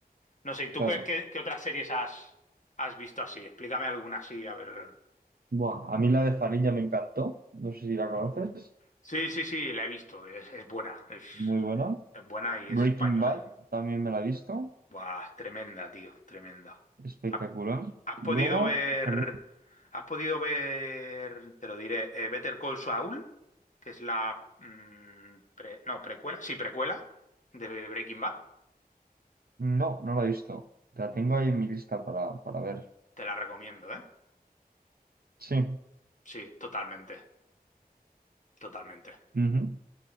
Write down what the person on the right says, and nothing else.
Claro.
Buah, a mí la de Farilla me encantó. No sé si la conoces.
Muy buena.
Breaking
Bad
también me la he visto.
Espectacular.
Y
luego
también
No, no la he visto. La tengo ahí en mi lista para, para ver.
Sí.
Ujú.